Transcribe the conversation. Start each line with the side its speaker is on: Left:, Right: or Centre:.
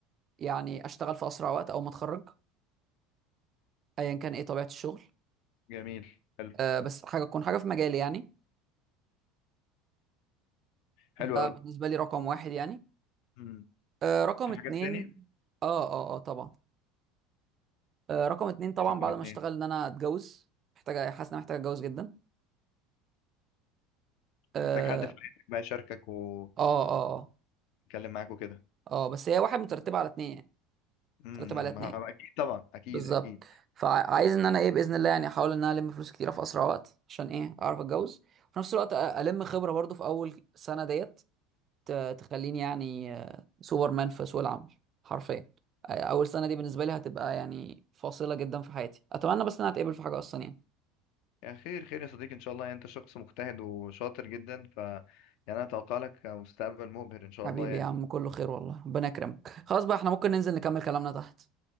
Right: يعني اشتغل في اسرع وقت او ما اتخرج ايا كان ايه طبيعه الشغل
Left: جميل حلو
Right: آه، بس حاجه تكون حاجه في مجالي يعني
Left: حلو
Right: ده
Left: قوي
Right: بالنسبه لي رقم واحد يعني
Left: مم.
Right: آه، رقم
Left: في
Right: اتنين
Left: حاجات تاني
Right: اه اه اه طبعا آه، رقم اتنين طبعا
Left: رقم
Right: بعد
Left: اتنين
Right: ما اشتغل ان انا اتجوز محتاجه حاسس ان انا محتاج اتجوز جدا اه
Left: محتاج حد في حياتك بقى يشاركك ويتكلم
Right: اه اه اه
Left: معاك وكده
Right: آه، بس هي واحد مترتبه على اتنين يعني
Left: امم
Right: مترتبه
Left: أمم،
Right: على اتنين
Left: ما- اكيد طبعا اكيد
Right: بالظبط
Left: اكيد
Right: فعايز ان انا ايه باذن الله يعني احاول ان انا الم فلوس كتيره في اسرع وقت عشان ايه اعرف اتجوز وفي نفس الوقت أ- الم خبره برضو في اول سنه ديت ت- تخليني يعني آه، سوبرمان في سوق العمل حرفيا آه، اول سنه دي بالنسبه لي هتبقى يعني فاصله جدا في حياتي اتمنى بس ان انا اتقبل في حاجه اصلا يعني
Left: يا خير خير يا صديقي ان شاء الله يعني انت شخص مجتهد وشاطر جدا ف يعني انا اتوقع لك مستقبل مبهر ان شاء
Right: حبيبي
Left: الله يعني
Right: يا عم كله خير والله ربنا يكرمك خلاص بقى احنا ممكن ننزل نكمل كلامنا تحت